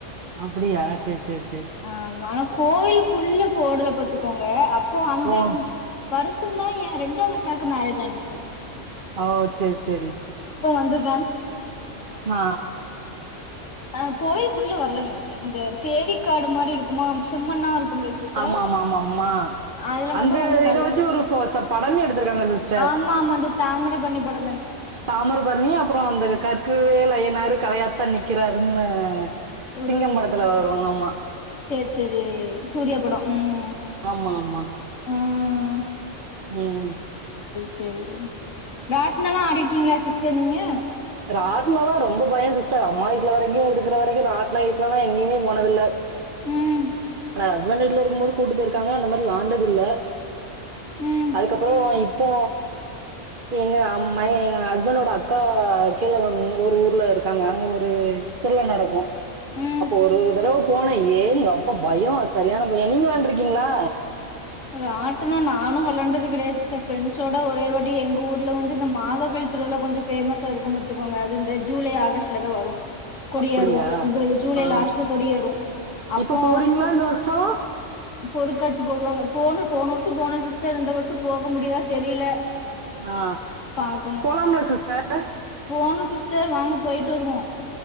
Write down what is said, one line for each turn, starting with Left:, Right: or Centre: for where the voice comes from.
Right: அப்படியா செர் செர்
Left: ஆ ஆனா கோயிலுக்குள்ள போடல பாத்துக்கோங்க அப்போ அந்த
Right: ஓ
Left: வருச ந்தா ஏ ரெண்டாவது அ க்காக்கு மேரேஜ் ஆந்துச்சு
Right: ஓ செரி செரி
Left: வந்திருக்கே
Right: ஆ
Left: அ கோயிலக்குள்ள வரல நனைக்க இந்த தேரிக்காடு மாரி இருக்குமா சிம்மண்ணா இருக்கும்ல சிஸ்டர்
Right: ஆமா ஆமா ஆமா ஆமா
Left: அதுல மட்டும்
Right: அந்த
Left: கொஞ்சோ கள்
Right: இத வச்சு ஒரு ஃபோ ச படமே எடுத்திருக்காங்க சிஸ்டர்
Left: ஆமா ஆமா வந்து தாமிர பரணி பட
Right: தாமிரபரணி அப்ரோ அந்த கற்கவேலைஐய்யனாரு கலையாத்தான் நிக்கிறாருன்னு
Left: ஒரு
Right: சிங்கம்படத்துல வருவங்க அமா
Left: செரி சூர்யா படம் ம்
Right: ஆமா ஆமா
Left: ம்
Right: ம்
Left: செரி ராட்னோலா ஆடிருக்கீங்களா சிஸ்டர் நீங்க
Right: ராட்னோல ரொம்ப பயம் சிஸ்டர் அம்மா வீட்டல வெரைக்கு இருக்கிற வெரைக்கு ராட்னோ கீட்னோல எங்கயுமே போனதுல்ல
Left: ம்
Right: ஆனா ஹஸ்பண்ட் வீட்டல இருக்கும் போது கூட்டு போயிருக்காங்க அந்த மாரி விலாண்டது இல்ல
Left: ம்
Right: அதுக்கப்றோ இப்போ எங்க அம் மகன் எங்க ஹஸ்பண்டோட அக்கா கீழ ஒரு ஊர்ல இருக்காங்க அங்க ஒரு திருவிழா நடக்கு
Left: ம்
Right: அப்போ ஒரு தடவ போனா ஏங்கப் தோ பயோ சரியான பயோ நீங்க வேளாண்டுருக்கீங்களா
Left: ராட்னோ நானு வேளாண்டுது கிடையாது சிஸ்டர் ஃபிரெண்ட்ஸோட ஒரே ஓர் வாட்டி எங்க ஊர்ல வந்து இந்த மாத கோயில் திருவிழா கொஞ்சோ ஃபேமஸா இருக்கும் பாத்துக்கோங்க அது இந்த ஜூலை ஆகஸ்ட்ல தா வரும் கொடி
Right: அப்படியா
Left: எறுவோ இப்ப ஜூலை
Right: ஆ
Left: லாஸ்ட்ல கொடியேறு அப்போ
Right: இப்ப போறீங்களா இந்த வருஷோ
Left: பொருட்காட்சி சி போடுவாங்க போனோ போன வருஷம் போன சிஸ்டர் இந்த வருஷம் போக முடியுதா தெரில
Right: ஆ
Left: பாக்கனோ
Right: போலாம்ல சிஸ்டர்
Left: போனோ சிஸ் டர் வாங்க போய்டு வருவோ